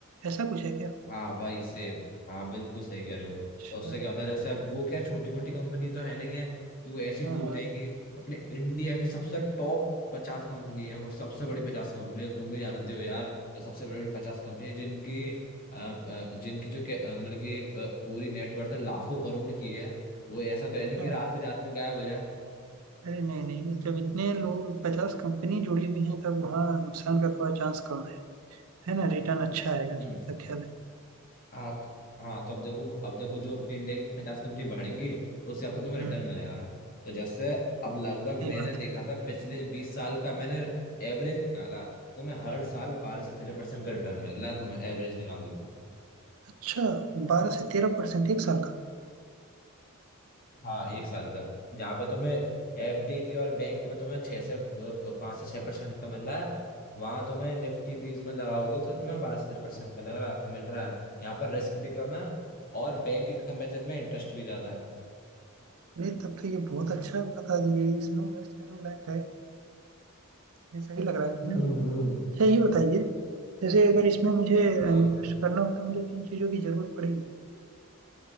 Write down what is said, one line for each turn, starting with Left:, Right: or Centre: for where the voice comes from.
Right: ऐसा कुछ है क्या
Left: हाँ वही सेव हाँ बिल्कुल सही कह रहे हो तो
Right: अच्छा
Left: उससे क्या होता है जैसे अब वो क्या छोटी मोटी कंपनी तो है नहीं है कि वो ऐसी
Right: हाँ
Left: डूब
Right: हाँ
Left: जाएंगी अपने इंडिया की सबसे टॉप पचास कंपनी है वो सबसे बड़ी पचास कंपनी है तुम भी जानते हो यार ये सबसे बड़ी बड़ी पचास कंपनी है जिनकी अ, अ, जिनकी जो के- अ, मतलब कि अ, पूरी नेटवर्थ लाखों करोड़ की है वो ऐसा
Right: अच्छा
Left: तो है नहीं कि रात ही रात में गायब हो जाए
Right: अरे नहीं नहीं जब इतने लोग पचास कंपनी जुड़ी हुई हैं तब वहाँ नुकसान का थोड़ा चांस कम है है ना रिटर्न अच्छा आएगा जब
Left: हम्म।
Right: तक ख्याल है
Left: हाँ तो- हाँ तो अब देखो अब देखो जो अपनी इंडिया की पचास कंपनी बढ़ेंगी तो उस हिसाब से तुम्हें
Right: हम्म
Left: रिटर्न मिलेगा तो जैसे अब लगभग
Right: सही
Left: मैंने
Right: बात
Left: देखा
Right: है
Left: था पिछले बीस साल का मैंने एवरेज निकाला तुम्हें हर साल बारह से तेरह परसेंट का रिटर्न मिल रहा है तुम्हें एवरेज निकालने में
Right: अच्छा बारह से तेरह परसेंट एक साल का
Left: हाँ एक साल का जहाँ पे तुम्हें एफडी और बैंक में तुम्हें छह से पाँच से छह परसेंट का मिल रहा है वहाँ तुम्हें निफ्टी बीज में लगाओगे तो तुम्हें बारह से तेरह परसेंट का लग रहा मिल रहा है यहाँ पर रिस्क भी कम है और बैंक के कंपेरिजन में इंटरेस्ट भी ज्यादा है
Right: अरे तब तो ये बहुत अच्छा बता दिए इसमें इन्वेस्ट करने लायक है ये सही लग रहा है
Left: हम्म
Right: मेरे को।
Left: हम्म
Right: अच्छा ये बताइए जैसे अगर इसमें मुझे इन्वेस्ट
Left: हाँ
Right: करना हो तो मुझे किन चीज़ों की जरूरत पड़ेगी